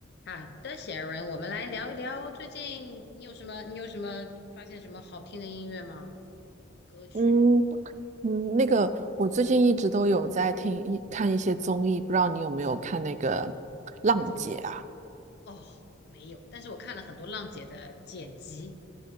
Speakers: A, on the left; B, on the right.
A: 好的，写文，我们来聊一聊最近你你有什么你有什么发现什么好听的音乐吗？歌曲
B: 嗯嗯，那个我最近一直都有在听一看一些综艺，不知道你有没有看那个《浪姐》啊？
A: 什么综艺？哦，没有，但是我看了很多浪姐的剪辑。